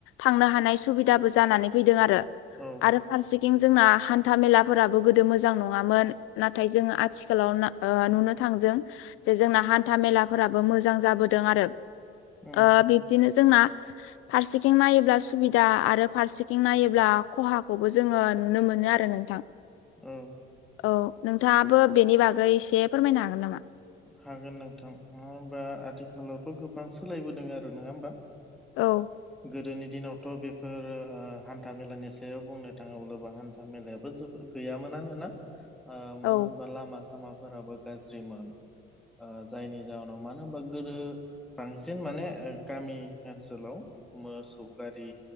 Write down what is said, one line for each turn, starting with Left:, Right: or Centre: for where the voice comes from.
Left: थांनो हानाय सुबिदाबो जानानै फैदों आरो।
Centre: औ
Left: आरो फारसेथिं जोंना हान्था मेलाफोराबो गोदो मोजां नङामोन नाथाय जोङो आथिखालाव ना ओ नुनो थांदों जे जोंना हान्था मेलाफोराबो मोजां जाबोदों आरो
Centre: उम
Left: ओ बिब्दिनो जोंना फारसेथिं नायोब्ला सुबिदा आरो फारसेथिं नायोब्ला खहाखौबो जोङो नुनो मोनो आरो नोंथां
Centre: औ
Left: औ नोंथाङाबो बेनि बागै इसे फोरमायनो हागोन नामा?
Centre: हागोन नोंथां मानो होमबा आथिखालावथ' गोबां सोलायबोदों आरो नङा होमबा
Left: औ
Centre: गोदोनि दिनावथ' बेफोर ओ हान्था मेलानि सायाव बुंनो थाङोब्लाबो हान्था मेलायाबो जोबोद गैयामोनानो ना ओ
Left: औ
Centre: मानो होनबा लामा सामाफोराबो गाज्रिमोन ओ जायनि जाहोनाव मानो होनबा गोदो बांसिन माने ओ गामि ओनसोलाव मोसौ गारि